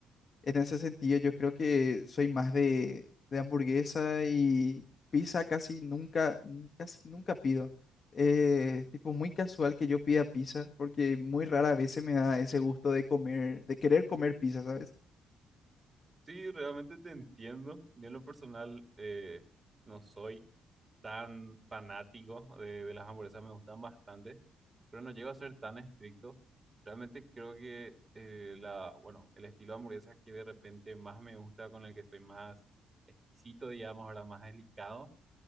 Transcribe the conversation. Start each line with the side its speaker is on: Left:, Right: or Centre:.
Left: En ese sentido, yo creo que soy más de, de hamburguesa y pizza casi nunca, n- casi nunca pido. Eh, tipo muy casual que yo pida pizza, porque muy rara vez se me da ese gusto de comer, de querer comer pizza, ¿sabes?
Right: Sí, realmente te entiendo. Yo en lo personal eh, no soy tan fanático de, de las hamburguesas, me gustan bastante, pero no llego a ser tan estricto. Realmente creo que eh, la, bueno, el estilo de hamburguesas que de repente más me gusta, con el que soy más exquisito, digamos, ahora más delicado,